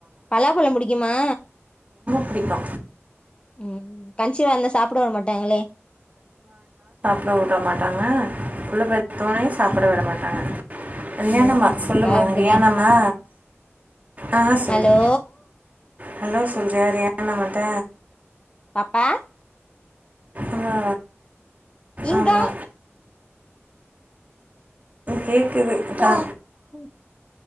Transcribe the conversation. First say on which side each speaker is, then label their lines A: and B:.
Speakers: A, on the left; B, on the right.
A: பலாப்பழம் புடிக்குமா
B: புடிக்கு
A: ம் கன்சிவா இருந்தா சாப்ட விட மாட்டாங்களே
B: <unintelligible> வுட மாட்டாங்க புள்ள பெத்தோனே சாப்ட விட மாட்டாங்க கல்யாணம்மா
A: ம்
B: சொல்லுமா
A: கரெக்ட்டு
B: ரியாணமா
A: தா
B: ஆ சொல்லு
A: ஹலோ
B: ஹலோ சொல்கிறியா ரியானா அம்மாட்ட
A: பாப்பா
B: ஆமா
A: இங்கா
B: ஆமா கேக்குது தா
A: ம்